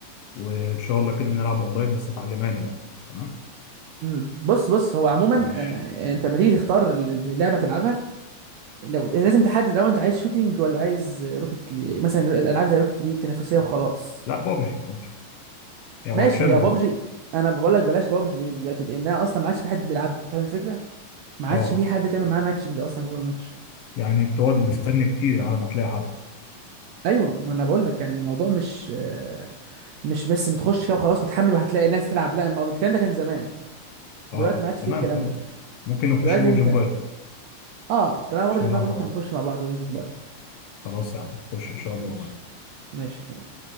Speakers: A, on the left; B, on the right.
A: وان شاء الله كده نلعب اونلاين بس تعلمهاني بقى تمام
B: امم بص بص هو عموما
A: ماشي
B: آه آه، انت لما تيجي تختار اللعبه تلعبها لو لازم تحدد الاول انت عايز شوتينج ولا عايز روكت لي... مثلا العاب زي روكت ليج تنافسيه وخلاص
A: لا بابجي بابجي هي وحشاني
B: ماشي هي بابجي
A: برضه
B: انا بقول لك بلاش بابجي ليه دلوقتي لانها اصلا ما عادش في حد بيلعبها فاهم الفكره ما عادش
A: اه
B: في حد تعمل
A: طب.
B: معاه ماتشنج اصلا جوه الماتش
A: يعني بتقعد مستني كتير على ما تلاقي حد
B: ايوه ما انا بقول لك يعني الموضوع مش آه، مش بس بتخش كده وخلاص وتحمل وهتلاقي ناس تلعب لا الموضوع الكلام ده كان زمان دلوقتي
A: اه
B: ما عادش
A: تمام
B: فيه الكلام
A: خلاص
B: ده
A: ممكن نخش
B: دلوقتي
A: بابجي
B: انت
A: موبايل
B: اه طالما بابجي
A: عشان
B: موبايل
A: نلعب
B: ممكن
A: مع بعض
B: نخش مع بعض بابجي موبايل
A: خلاص يا عم نخش ان شاء الله
B: ماشي ماشي تمام